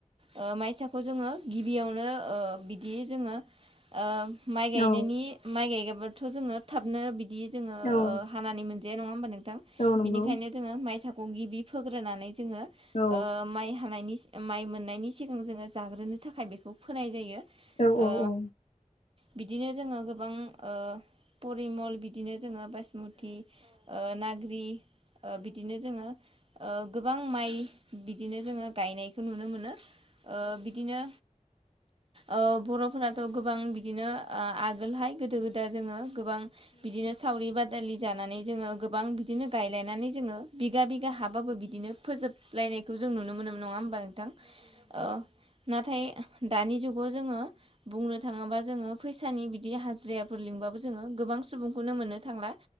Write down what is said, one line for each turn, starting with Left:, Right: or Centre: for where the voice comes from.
Right: ओ माइसाखौ जोङो गिबियावनो ओ बिदि जोङो ओ माइ गायनायनि
Left: औ
Right: माइ गायगाबाथ' जोङो थाबनो बिदि जोङो
Left: औ।
Right: ओ हानानै मोनजाया नङा होमबा नोंथां
Left: नंगौ औ नंगौ
Right: बिनिखायनो जोङो माइसाखौ गिबि फोग्रोनानै जोङो
Left: औ
Right: ओ माइ हानायनि माइ मोननायनि सिगां जोङो जाग्रोनो थाखाय बेखौ फोनाय जायो। ओ
Left: औ औ नंगौ औ
Right: बिदिनो जोङो गोबां ओ परिमल बि बिदिनो जोङो बाइसमुति ओ नाग्रि ओ बिदिनो जोङो ओ गोबां माइ बिदिनो जोङो गायनायखौ नुनो मोनो। ओ बिदिनो ओ बर'फोराथ' गोबां बिदिनो ओ आगोलहाय गोदो गोदाय जोङो गोबां बिदिनो सावरि बादालि जानानै जोङो गोबां बिदिनो गायलायनानै जोङो बिगा बि गा हाबाबो बिदिनो फोजोबलायनायखौ जों नुनो मोनोमोन नङा होमबा नोंथां ओ नाथाय दानि जुगाव जोङो बुंनो थाङोबा जोङो फैसानि बिदि हाजिरायाफोर लिंबाबो जोङो गोबां सुबुंखौनो मोननो थांला